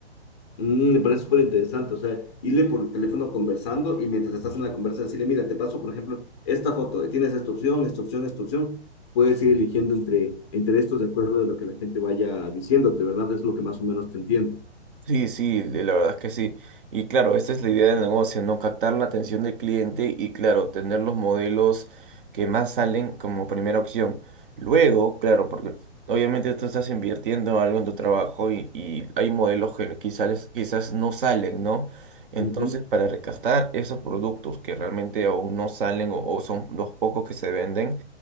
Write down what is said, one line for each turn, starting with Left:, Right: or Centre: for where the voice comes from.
Left: Mm, me parece súper interesante, o sea, irle por teléfono conversando y mientras estás en la conversa decirle, mira, te paso, por ejemplo, esta foto, tienes esta opción, esta opción, esta opción, puedes ir eligiendo entre, entre estos de acuerdo de lo que la gente vaya diciéndote, ¿verdad? Es lo que más o menos te entiendo.
Right: Sí, sí, de- la verdad es que sí. Y claro, esta es la idea del negocio, ¿no? Captar la atención del cliente y claro, tener los modelos que más salen como primera opción. Luego, claro, porque obviamente tú estás invirtiendo algo en tu trabajo y, y hay modelos que quizás, quizás no salen, ¿no? Entonces,
Left: Ujú.
Right: para recastar esos productos que realmente aún no salen o, o son los pocos que se venden,